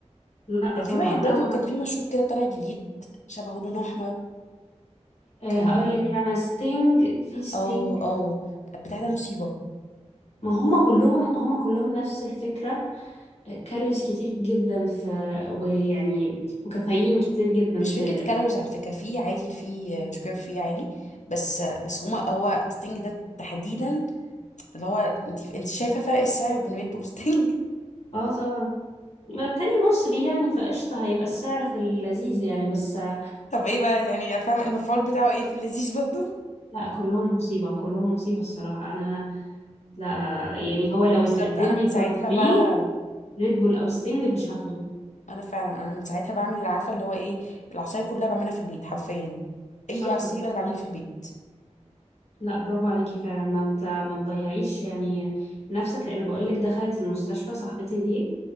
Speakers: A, on the left; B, on the left.
A: لا
B: كان
A: طبعا
B: في واحد برضه
A: هو
B: كان في مشروب كده طالع جديد شبهه لون احمر
A: هقول
B: كان
A: لك انا ستينج في ستينج
B: اه اه بتاع ده مصيبه
A: ما هم كلهم هم كلهم نفس الفكره كالوريز كتير جدا في ويعني وكافيين كتير جدا
B: مش
A: في
B: فكرة كالوريز على فكرة في عادي في شوكر فري عادي بس بس هما هو ستينج ده تحديدا اللي هو انت انت شايفة فرق السعر بين ريد بول وستينج
A: اه طبعا التاني مصري يعني فقشطة هيبقى السعر في اللذيذ يعني بس لا
B: <laughs> طب ايه بقى يعني فاهمة المفعول بتاعه ايه في اللذيذ برضه
A: لا كلهم مصيبة كلهم مصيبة الصراحة أنا لا لا لا يعني هو لو
B: بالظبط
A: اتقدم
B: انا
A: لي
B: من ساعتها
A: فور فري
B: بقى
A: ريد بول أو ستينج مش هاخده
B: انا فعلا انا من ساعتها بعمل اللي عارفة اللي هو ايه العصاير كلها بعملها في البيت حرفيا
A: شاطرة
B: اي عصير
A: برافو
B: انا بعمله
A: عليكي
B: في البيت
A: لا برافو عليكي فعلا ما ت- ما تضيعيش يعني نفسك لأن بقولك دخلت المستشفى صاحبتي دي